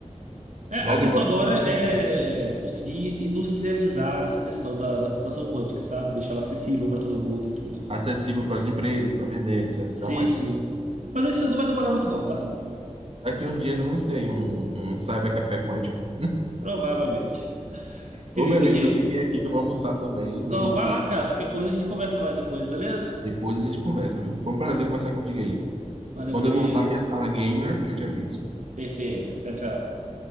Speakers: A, on the right; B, on the right.
A: É, a
B: logo,
A: questão
B: logo,
A: agora
B: vai ter novidades.
A: é conseguir industrializar essa questão da, da computação quântica, sabe? Deixar ela acessível para todo mundo e tudo.
B: acessível para as empresas, para vender, etc.
A: Sim,
B: e tal, Mas
A: sim. Mas isso não vai demorar muito não, tá?
B: daqui uns dias vamos ter aí um, um cyber café quântico.
A: Provavelmente. Querido,
B: Ô, meu amigo,
A: aqui.
B: vou ter que ir aqui que eu vou almoçar também, meio-dia.
A: Não, vai lá, cara. Qualquer coisa a gente conversa mais depois, beleza?
B: Depois a gente conversa, viu? Foi um prazer conversar contigo aí.
A: Valeu,
B: Quando
A: querido.
B: eu montar minha sala gamer, eu te aviso.
A: Perfeito. Tchau, tchau.